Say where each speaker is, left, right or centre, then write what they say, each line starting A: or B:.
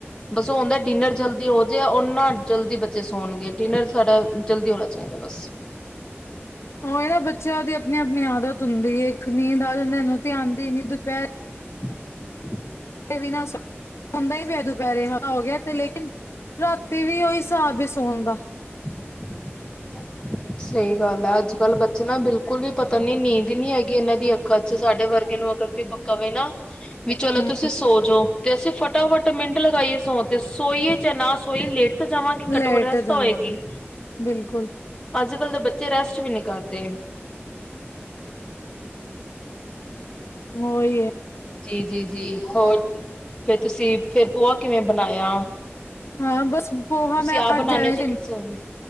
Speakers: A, on the left; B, on the left.
A: ਬਸ ਉਹ ਹੁੰਦਾ ਡਿਨਰ ਜਲਦੀ ਹੋ ਜਾਏ ਓਨਾ ਜਲਦੀ ਬੱਚੇ ਸੌਣਗੇ, ਡਿਨਰ ਸਾਡਾ ਜਲਦੀ ਹੋਣਾ ਚਾਹੀਦਾ। ਬਸ।
B: <inaudible> ਉਹ ਇਹ ਨਾ ਬੱਚਿਆਂ ਦੀ ਆਪਣੀ-ਆਪਣੀ ਆਦਤ ਹੁੰਦੀ ਏ ਇੱਕ ਨੀਂਦ ਆ ਜਾਂਦੀ ਮੈਨੂ ਤਾਂ ਆਉਦੀ ਨ ਦੁਪਹਿਰ
A: ਹੂ
B: ਵੀ ਨਾ ਹੁੰਦਾ ਹੀ ਪਿਆ ਦੁਪਹਿਰੇ। ਹੋ ਗਿਆ ਤੇ ਲੇਕਿਨ ਰਾਤੀ ਵੀ ਉਹੀ ਹਿਸਾਬ ਹੀ ਸੋਣ ਦਾ।
A: <inaudible>
B: <inaudible>
A: ਸਹੀ ਗੱਲ ਹੈ, ਅੱਜ-ਕੱਲ੍ਹ ਬੱਚੇ ਨਾ ਬਿਲਕੁਲ ਵੀ ਪਤਾ ਨੀ ਨੀਂਦ ਨੀ ਹੈਗੀ ਇਹਨਾਂ ਦੀ ਅੱਖਾਂ ਚ ਸਾਡੇ ਵਰਗੇ ਨੂੰ ਅਗਰ ਕੋਈ ਬਕਾਵੇ ਨਾ ਵੀ ਚਲੋ
B: ਹੂੰ
A: ਤੁਸੀਂ ਸੋ ਜਾੋ ਤੇ ਅਸੀਂ ਫਟਾਫਟ ਮਿੰਟ ਲਗਾਈਏ। ਸੋ ਤੇ ਸੋਈਏ ਜਾਂ ਨਾ ਸੋਈਏ ਲੇਟ ਤਾਂ ਜਾਵਾਂਗੀ ਘੱਟੋ-ਘਟ
B: ਲੇਟ
A: ਰੈਸਟ
B: ਜਾਵਾਂਗੇ
A: ਤਾਂ ਹੋਏਗੀ।
B: ਬਿਲਕੁਲ
A: ਅੱਜ-ਕੱਲ੍ਹ ਦੇ ਬੱਚੇ ਰੈਸਟ ਵੀ ਨੀ ਕਰਦੇ।
B: ਉਹੀ ਹੈ।
A: ਜੀ ਜੀ ਜੀ ਹੋਰ ਫਿਰ ਤੁਸੀਂ ਫਿਰ ਪੋਹਾ ਕਿਵੇਂ ਬਣਾਇਆ?
B: ਹਾਂ, ਬਸ ਪੋਹਾ
A: ਤੁਸੀਂ
B: ਮੈਂ
A: ਆਪ
B: ਅਜ
A: ਬਣਾਉਦੇ
B: ਜਾਇਆ
A: ਹੋ ਜਾਂ
B: ਸੀ,
A: ਕਿਸੇ ਹੋਰ ਨੇ